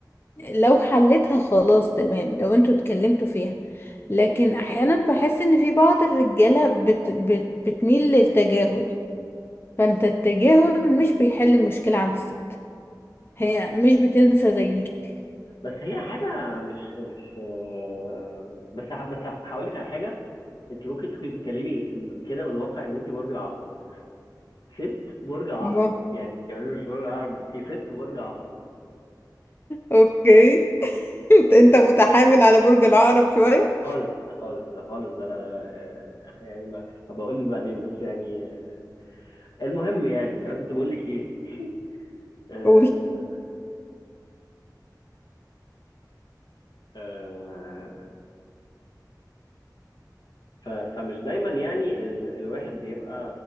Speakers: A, on the left (about 30°); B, on the left (about 70°).
A: لو حلتها خلاص تمام لو انتوا اتكلمتوا فيها لكن
B: امم
A: احيانا بحس ان في بعض الرجاله بت بت بتميل للتجاهل فانت التجاهل مش بيحل المشكلة عند الست هي مش بتنسى زيك
B: بس هي حاجة مش مش آه، بس ه- بس هقول لك على حاجة انت ممكن تكوني تتكلمي كده من واقع ان انت برج العقرب ست برج عقرب
A: الله
B: يعني كمان مش برج عقرب انت ست برج عقرب
A: اوكي <laughs> انت انت متحامل على برج العقرب شوية
B: خالص خالص ده خالص ده انا آه، يعني ما هبقى اقول لك بعدين بس يعني آه، المهم يعني انا كنت بقول لك ايه <laughs> آه،
A: قول
B: آه، ف- فمش دايما يعني ال- الواحد بيبقى